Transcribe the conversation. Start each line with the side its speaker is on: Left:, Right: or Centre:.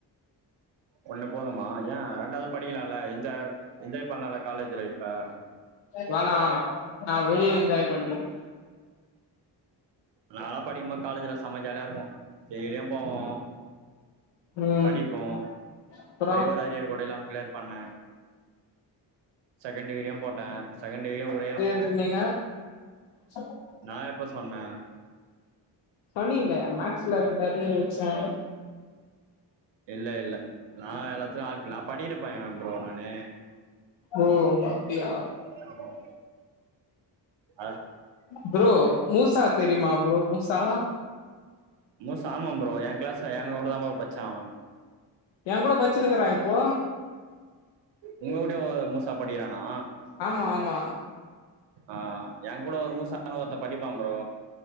Right: ஒண்ணு போதமா எய ரெண்டாவது படிக்கலாம்ல என்ஜா என்ஜாய் பண்ணலாம்ல காலேஜ் லைஃப்ப
Left: வேணா வேணா நா வெளியவே என்ஜாய் பண்ணிக்கிற
Right: நாலா படிக்கும்போது காலேஜ்லா செம ஜாலியா இருக்கும் டெய்லியும் போவோ
Left: ம்
Right: படிப்போ
Left: அப்றோ
Right: ஒரே ஒரு அரியர் கூட இல்லாம கிளியர் பண்ண செகெண்ட் டிகிரியு போட்ட செகெண்ட் டிகிரியு ஒரே
Left: சொன்னிக சொல்லுங்
Right: நா எப்ப சொன்ன
Left: சொன்னீங்களே மேக்ஸ்ல ரெண்டு அரியர் வச்சே
Right: இல்ல இல்ல நா எல்லாத்தையு ஆல் கிளியர் படிக்கிற பைய ப்ரோ நானு
Left: ஓ அப்டியா
Right: ம் அ
Left: ப்ரோ மூஸா தெரியுமா ப்ரோ மூஸா
Right: மூஸா ஆமாம் ப்ரோ என் கிளாஸ்ல என் கூட தா ப்ரோ படிச்சா அவன்
Left: என் கூட படிச்சுனுக்கிறா இப்போ
Right: உங்க கூடயு முஸா படிக்கிறானா
Left: ஆமா ஆமா
Right: ஆஹம என் கூட ஒரு மூஸானு ஒருத்த படிப்பா ப்ரோ